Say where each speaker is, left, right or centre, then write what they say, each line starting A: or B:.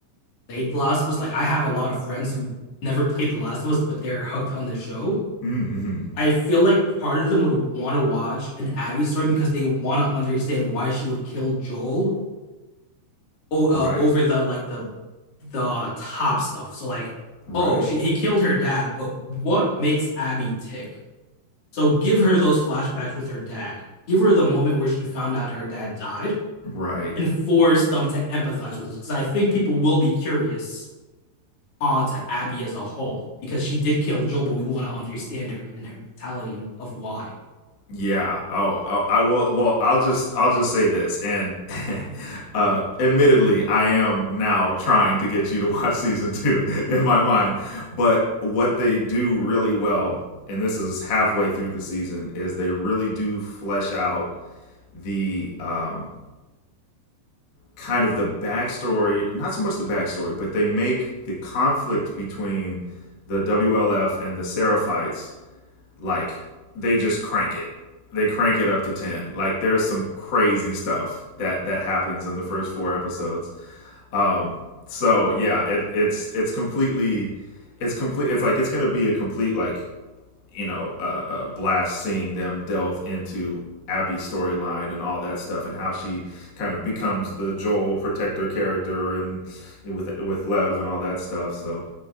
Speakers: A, on the left; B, on the left.
A: played The Last of Us. Like I have a lot of friends who never played The Last of Us, but they're hooked on the show.
B: mm-hmm.
A: I feel like part of them would want to watch an Abby story because they want to understand why she would kill Joel o- uh,
B: right
A: over the like the the top stuff. So like,
B: right
A: oh, she he killed her dad, but what makes Abby tick? So give her those flashbacks with her dad. Give her the moment where she found out her dad died
B: right
A: and force them to empathize with us because I think people will be curious onto Abby as a whole because she did kill Joel, but we want to understand her and her mentality and of why.
B: Yeah. Oh, oh, I will. Well, I'll just I'll just say this, and <laughs> uh, admittedly, I am now trying to get you to <laughs> watch season two <laughs> in my mind. But what they do really well, and this is halfway through the season, is they really do flesh out the um, kind of the backstory. Not so much the backstory, but they make the conflict between the WLF and the Seraphites like they just crank it. They crank it up to 10. Like there's some crazy stuff that that happens in the first four episodes. Um so yeah, it it's it's completely it's complete it's like it's going to be a complete like, you know, uh, uh blast seeing them delve into Abby's storyline and all that stuff and how she kind of becomes the Joel protector character and with with Lev and all that stuff. So,